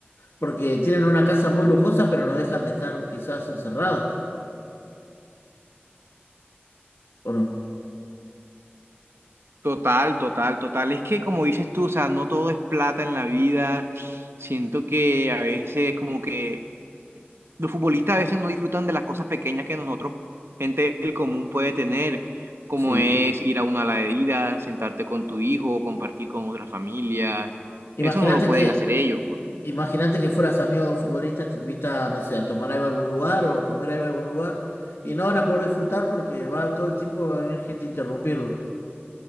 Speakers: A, on the left; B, on the right.
A: porque tienen una casa muy lujosa, pero no dejan de estar quizás encerrados, ¿o no?
B: Total, total, total. Es que como dices tú, o sea, no todo es plata en la vida. Siento que a veces como que los futbolistas a veces no disfrutan de las cosas pequeñas que nosotros, gente del común, puede tener, como
A: Sí.
B: es ir a una ladería, sentarte con tu hijo, compartir con otras familias. Eso
A: Imagínate
B: no lo pueden
A: que,
B: hacer ellos.
A: imagínate que fueras amigo de un futbolista, te invita, no sé, a tomar algo a algún lugar o a comer algo a algún lugar. Y no van a poder disfrutar porque va todo el tiempo va a venir gente a interrumpirlo.